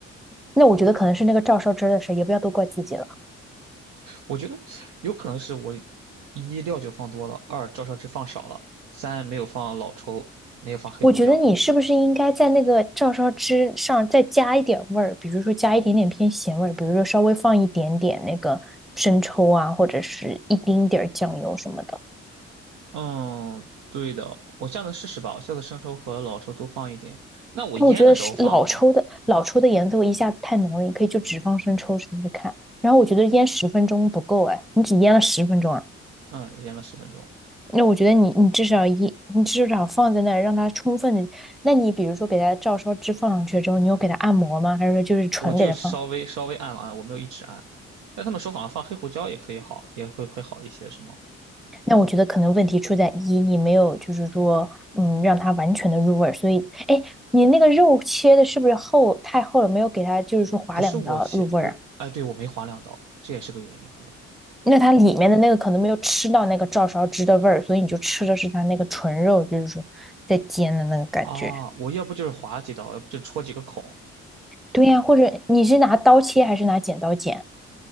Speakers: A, in the centre; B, on the right.
A: 那我觉得可能是那个照烧汁儿的事也不要都怪自己了。
B: 我觉得有可能是我一料酒放多了，二照烧汁放少了，三没有放老抽，没有放黑胡椒。
A: 我觉得你是不是应该在那个照烧汁上再加一点味儿，比如说加一点点偏咸味儿，比如说稍微放一点点那个生抽啊，或者是一丁点儿酱油什么的。
B: 嗯，对的，我下次试试吧，我下次生抽和老抽都放一点。那我腌的时候放吗？
A: 但我觉得是老抽的老抽的颜色我一下子太浓了，你可以就只放生抽试试看。然后我觉得腌十分钟不够哎，你只腌了十分钟啊，
B: 嗯，腌了十分钟，
A: 那我觉得你你至少一你至少放在那儿让它充分的，那你比如说给它照烧汁放上去之后，你有给它按摩吗？还是说就是纯给它放？
B: 我就稍微稍微按了按，我没有一直按。但他们说好像放黑胡椒也可以好，也会会好一些，是吗？
A: 那我觉得可能问题出在一你没有就是说嗯让它完全的入味儿，所以哎你那个肉切的是不是厚太厚了，没有给它就是说划两刀入味儿啊？
B: 不是我切，不是，哎，对，我没划两刀，这也是个原因，可能。
A: 那它里面的那个可能没有吃到那个照烧汁的味儿，所以你就吃的是它那个纯肉，就是说在煎的那个感觉。
B: 啊，我要不就是划几刀，要不就戳几个孔，
A: 对呀，或者你是拿刀切还是拿剪刀剪？